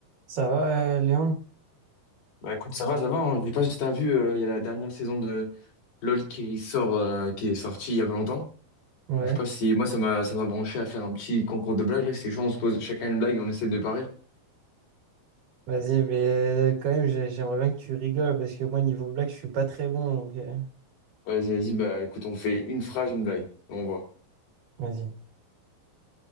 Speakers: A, on the right; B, on the left.
A: Ça va, euh, Léon?
B: Bah écoute, ça va, ça va. hein. Je sais pas si t'as vu, euh, il y a la dernière saison de LoL qui sort, euh, qui est sortie il y a pas longtemps.
A: Ouais.
B: Donc, je sais pas si moi ça m'a ça m'a branché à faire un petit concours de blagues là. C'est chaud, on se pose chacun une blague et on essaie de parier.
A: Vas-y, mais euh, quand même, j'ai- j'aimerais bien que tu rigoles parce que moi, niveau blague, je suis pas très bon. Donc, euh,
B: Vas-y, vas-y. Bah écoute, on fait une phrase, une blague. On voit.
A: vas-y.